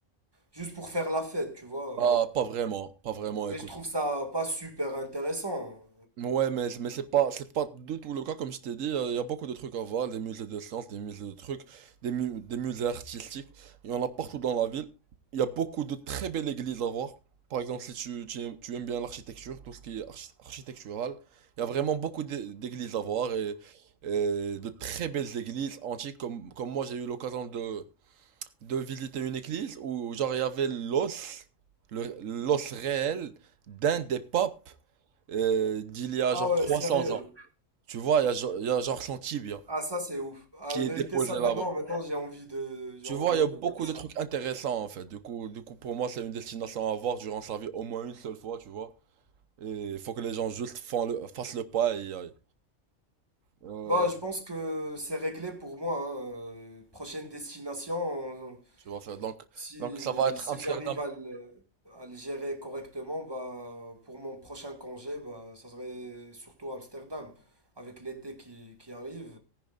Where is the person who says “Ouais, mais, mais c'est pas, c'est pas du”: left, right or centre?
Right